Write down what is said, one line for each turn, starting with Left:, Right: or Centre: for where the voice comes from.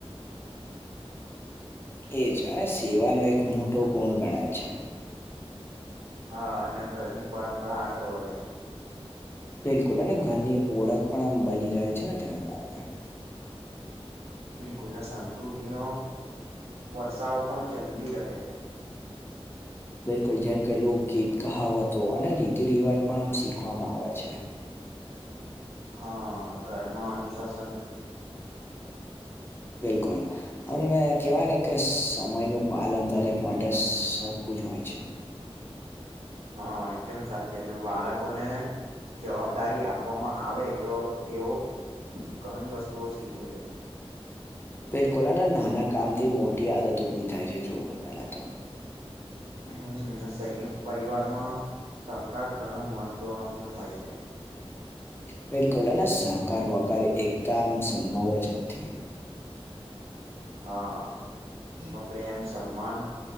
Left: એજ અને સેવાનો એક મોટો ગુણ ગણાય છે
Right: હા અને ઘરની પરંપરા આગળ વધે છે
Left: બિલકુલ અને ઘરની ઓળખ પણ આમ બની રહે છે ને તેના કારણે
Right: બિલકુલ ને સંસ્કૃતિ ન વર્ષાવ પણ જલ્દી રહે છે
Left: બિલકુલ જેમ કે લોકગીત કહાવતો અને રીતિ રિવાજ પણ આમ શીખવામાં આવે છે
Right: હા ઘરમાં અનુસાસ
Left: બિલકુલ અમને કહેવાય ને કે સમયનું પાલન દરેક માટે સરખું જ હોય છે
Right: હા એકદમ સાચી વાર બાળકોને જવાબદારી આપવામાં આવે તો તેઓ ઘણી વસ્તુઓ શીખે છે.
Left: બિલકુલ અને નાના કામ થી મોટી આદત ઉભી થાય છે જોઓ પેલા તો
Right: હમ સંયુક્ત પરિવારમાં સહકાર ઘણો મહત્વ નો હોય છે
Left: પેલકુલ સહકાર વગર એકદમ સંભવ જ નથી
Right: હા એમાં પ્રેમ સમાન